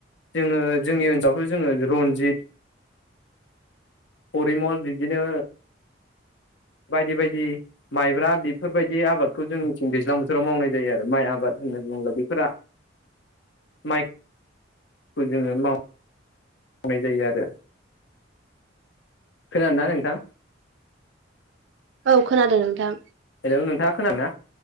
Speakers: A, on the left (about 70°); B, on the right (about 75°).
A: जोङो जोंनि ओनसोलावथ जोङो रनजित परिमल बिबदिनो बायदि बायदि माइब्रा बेफोरबायदि आबादखौ जोंनिथिं दैज्लां बोथोराव मावनाय जायो आरो माइ आबाद होनना बुङोब्ला बेफोरा माइ खौ जोङो माव नाय जायो आरो खोनादोंना नोंथां?
B: औ खोनादों नोंथां
A: हेलौ नोंथाङा खोनादोंना